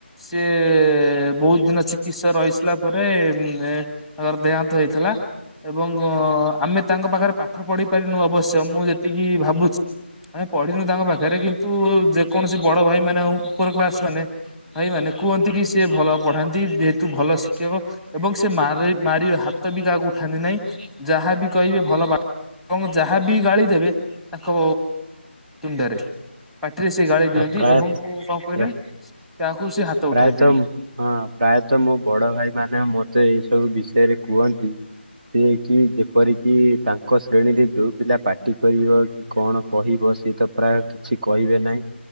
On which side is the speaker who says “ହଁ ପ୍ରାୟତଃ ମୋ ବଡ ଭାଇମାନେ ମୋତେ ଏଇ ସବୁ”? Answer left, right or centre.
Right